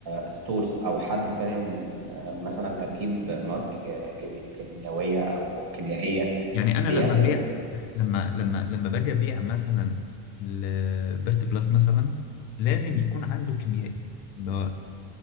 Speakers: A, on the right (about 50°); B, on the left (about 85°).
A: ستورز او حد فاهم آه، مثلا تركيب مواد ك- كيمي- كيميائيه او كيميائيه
B: يعني انا
A: بياخد
B: لما ببيع لما لما لما باجي ابيع مثلا لبيرت بلس مثلا لازم يكون عنده كيميائي ب-